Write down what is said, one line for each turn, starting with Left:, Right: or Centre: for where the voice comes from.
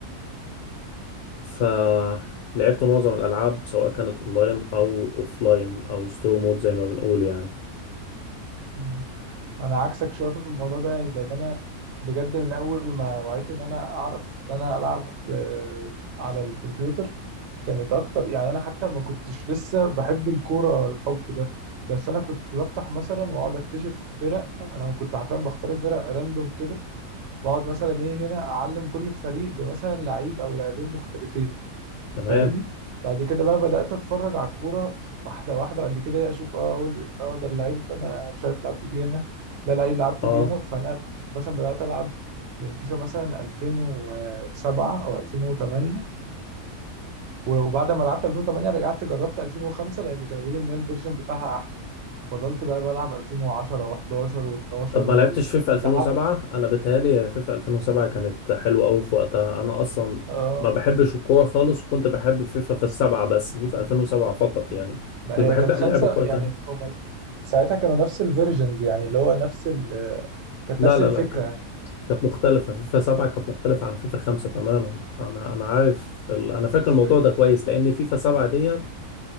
Left: فلعبت معظم الالعاب سواء كانت اونلاين او اوفلاين او ستوري مود زي ما بنقول يعني
Right: امم انا عكسك شويه في الموضوع ده لان انا بجد من اول ما وعيت ان انا اعرف ان انا العب آه، على الكمبيوتر كانت اكتر يعني انا حتى ما كنتش لسه بحب الكوره الحب ده بس انا كنت بفتح مثلا واقعد اكتشف فرق انا كنت حرفيا بختار الفرق راندوم كده واقعد مثلا ايه هنا اعلم كل فريق بمثلا لعيب او لاعبين مختلفين
Left: تمام
Right: فاهمني بعد كده بقى بدأت اتفرج على الكورة واحدة واحدة بعد كده إيه اشوف اه أقول اه ده اللعيب اللي انا مش عارف لعبت بيه هنا ده لعيب لعبت
Left: اه
Right: بيه هنا فانا كنت مثلا بدأت العب من فيفا مثلا 2007 او 2008 وبعد ما لعبت 2008 رجعت جربت 2005 لان كانوا بيقولوا ان الفيرجن بتاعها احلى فضلت بقى بلعب 2010 و11 و12
Left: طب ما
Right: و...
Left: لعبتش فيفا 2007
Right: لحد
Left: انا بتهيالي فيفا 2007 كانت حلوه قوي في وقتها انا اصلا
Right: اه
Left: ما بحبش الكوره خالص وكنت بحب فيفا في السبعه بس فيفا 2007 فقط يعني
Right: بقى
Left: مش
Right: هي
Left: بحب
Right: كانت
Left: لعب
Right: خمسة
Left: كوره
Right: يعني
Left: تاني
Right: هما ساعتها كانوا نفس الفيرجنز يعني اللي هو نفس ال... كانت
Left: لا
Right: نفس
Left: لا
Right: الفكرة
Left: لا كانت
Right: يعني
Left: كانت مختلفه فيفا 7 كانت مختلفه عن فيفا 5 تماما انا انا عارف ال- انا
Right: مش
Left: فاكر الموضوع
Right: فاكر
Left: ده كويس لان فيفا 7 ديت